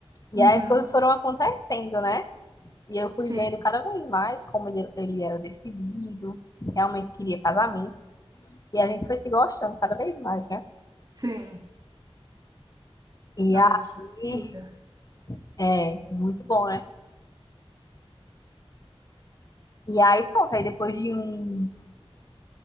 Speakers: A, on the left (about 35°); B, on the right (about 35°).
A: E
B: Uhum.
A: aí as coisas foram acontecendo, né? E eu
B: Sim,
A: fui vendo cada vez mais como ele, ele era decidido, realmente queria casamento. E a gente foi se gostando cada vez mais, né?
B: sim.
A: E
B: Ai,
A: aí,
B: que maravilha.
A: é, muito bom, né? E aí, pronto, aí depois de uns